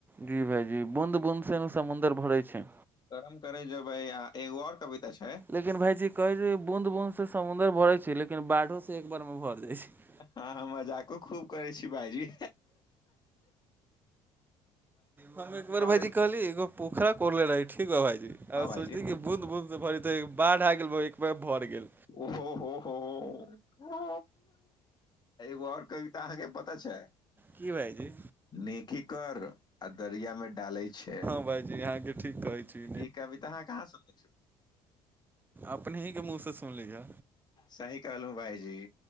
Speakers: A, on the right; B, on the left.
A: जी भायजी बूँद बूंदसँ ने समुद्र भरैत छै
B: करम करै जेबै, आ एगो आर कविता छै
A: लेकिन भायजी कहै छै बूँद बूँद सँ समुद्र भरै छै लेकिन बाढ़ि सँ एके बेरमे भरि जाइ छै
B: हँ मजाको खूब करै छी भाइजी
A: हम एक बेर भायजी
B: एगो
A: कहली एगो पोखरा कोड़ने रही ठीक हँ भायजी आ
B: हँ भाईजी
A: सोचने रही बूँद बूँद सँ भरै छल, मुदा बाढ़ि आबि गेल आ एके बेरमे भरि गेल
B: ओ हो हो हो ओ एगो आर कविता अहाँकेँ पता छै
A: की भायजी
B: नेकी कर आ दरिया मे डाल छै
A: भायजी, अहाँ ठीक कहै छी
B: ई कविता अहाँ कहाँ सुनने छी
A: अपनेहि मुँह सँ सुनि लिअ
B: सही कहलहुँ भायजी